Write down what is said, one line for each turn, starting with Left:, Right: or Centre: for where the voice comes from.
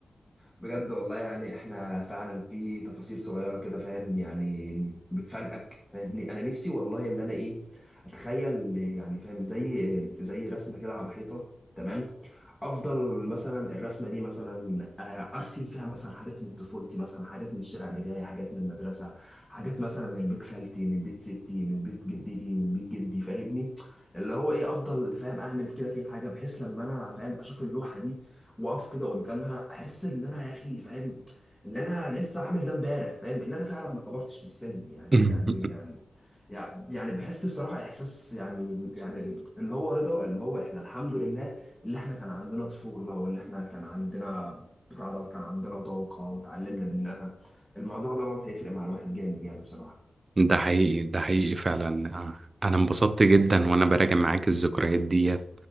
Centre: بجد والله يعني احنا فعلا في تفاصيل صغيره كده فاهم يعني بتفاجئك فاهمني انا نفسي والله اللي انا ايه اتخيل يعني فاهم زي زي رسمه كده على الحيطه تمام افضل مثلا الرسمه دي مثلا آه، ارسم فيها مثلا حاجات من طفولتي مثلا حاجات من الشارع بتاعي حاجات من المدرسه حاجات مثلا من بيت خالتي من بيت ستي من بيت جدتي من بيت جدي فاهمني اللي هو ايه افضل فاهم اعمل كده في حاجه بحيث لما انا فاهم اشوف اللوحه دي واقف كده قدامها احس ان انا يا اخي فاهم ان انا لسه عامل ده امبارح فاهم ان انا فعلا ما كبرتش في السن يعني
Right: <laughs>
Centre: يعني يعني يعني يعني بحس بصراحه احساس يعني يعني اللي هو رضا اللي هو احنا الحمد لله اللي احنا كان عندنا طفوله واللي احنا كان عندنا بتاع دوت كان عندنا طاقه وتعلمنا منها الموضوع دوت هيفرق مع الواحد جامد يعني بصراحه
Right: ده حقيقي ده حقيقي فعلا آه، انا انبسطت جدا وانا براجع معاك الذكريات ديت